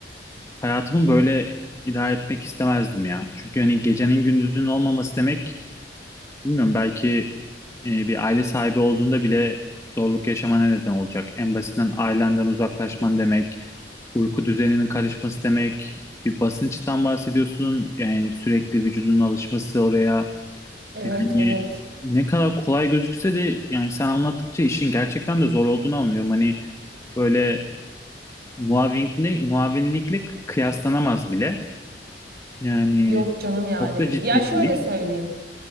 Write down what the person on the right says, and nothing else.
Evet,
evet.
Yok canım yani.
Ya şöyle
söyleyeyim.